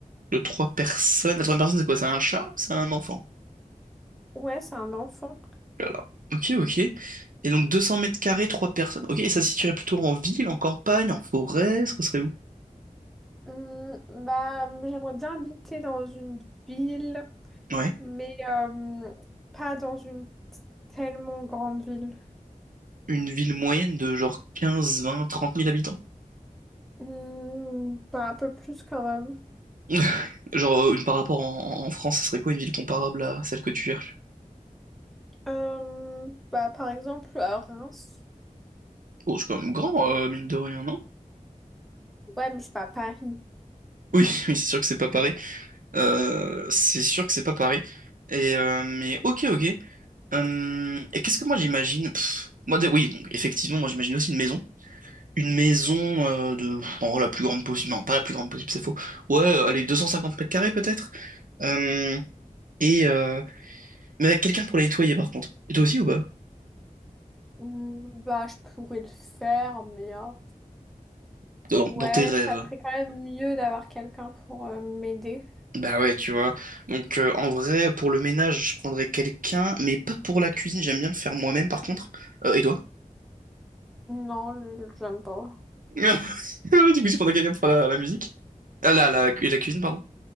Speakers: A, on the right; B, in the centre.
A: De trois personnes? La troisième personne, c'est quoi? C'est un chat ou c'est un enfant?
B: Ouais, c'est un enfant.
A: Oh là là. Ok, ok. Et donc 200 mètres carrés, trois personnes. Ok, et ça se situerait plutôt en ville, en campagne, en forêt, ce serait où?
B: Hum, bah, j'aimerais bien habiter dans une ville,
A: Ouais.
B: mais euh, pas dans une tellement grande ville.
A: Une ville moyenne de genre quinze vingt trente mille habitants.
B: Hum, bah, un peu plus quand même.
A: <laughs> Genre, euh, une par rapport en, en- en France, ça serait quoi une ville comparable à celle que tu cherches?
B: Hum, bah, par exemple, à Reims.
A: Oh, c'est quand même grand, euh, mine de rien, non?
B: Ouais, mais c'est pas Paris.
A: Oui, <laughs> oui, c'est sûr que c'est pas pareil. Euh, c'est sûr que c'est pas pareil. Et, euh, mais ok, ok. Euh, et qu'est-ce que moi j'imagine? Pff, moi, dé- oui, donc effectivement, moi j'imagine aussi une maison. Une maison euh, de pff, en vrai, la plus grande possible. Non, pas la plus grande possible, c'est faux. Ouais, euh, allez, 250 mètres carrés peut-être. Euh, et euh, mais avec quelqu'un pour la nettoyer par contre. Et toi aussi ou pas?
B: Hum, bah, je pourrais le faire, mais euh,
A: dans,
B: ouais,
A: dans tes rêves.
B: ça serait quand même mieux d'avoir quelqu'un pour euh, m'aider.
A: Bah ouais, tu vois. Donc euh, en vrai, pour le ménage, je prendrais quelqu'un, mais pas pour la cuisine, j'aime bien le faire moi-même par contre. Euh, et toi?
B: Non, j'aime pas.
A: <laughs> Du coup, tu prendrais quelqu'un pour faire la, la musique? Ah là, la, cu- la cuisine, pardon.